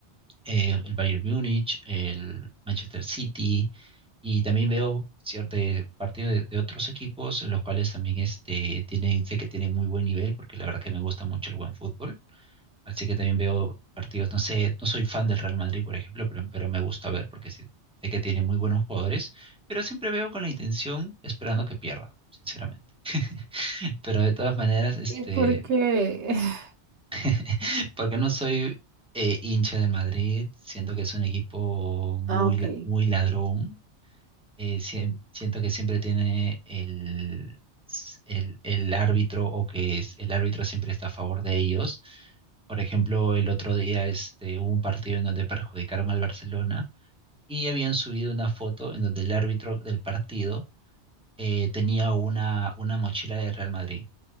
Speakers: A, in the centre; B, on the right.
A: eh, el Bayern Múnich, el Manchester City, y también veo ciertos partidos de, de otros equipos, los cuales también este, tienen, sé que tienen muy buen nivel, porque la verdad que me gusta mucho el buen fútbol, así que también veo partidos, no sé, no soy fan del Real Madrid, por ejemplo, pero, pero me gusta ver, porque sé, sé que tiene muy buenos jugadores, pero siempre veo con la intención, esperando que pierda, sinceramente. <laughs> Pero de todas maneras, este,
B: ¿Y por qué? <laughs>
A: <laughs> Porque no soy eh, hincha del Madrid, siento que es un equipo muy,
B: Ah, ok.
A: la- muy ladrón, eh, siem- siento que siempre tiene el, el, el árbitro o que es, el árbitro siempre está a favor de ellos. Por ejemplo, el otro día este, hubo un partido en donde perjudicaron al Barcelona y habían subido una foto en donde el árbitro del partido eh, tenía una, una mochila de Real Madrid.